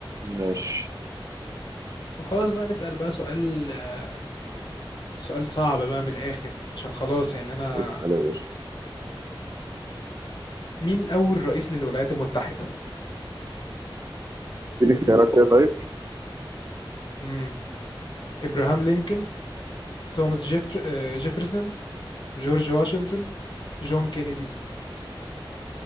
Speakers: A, on the right (about 35°); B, on the left (about 55°).
A: ماشي
B: طب خلاص بقى نسأل بقى سؤال آه، سؤال صعب بقى من الآخر عشان خلاص يعني أنا
A: اسال يا باشا
B: مين أول رئيس للولايات المتحدة؟
A: اديني اختيارات كده طيب
B: امم إبراهام لينكولن توماس جيفر... آه، جيفرسون جورج واشنطن جون كينيدي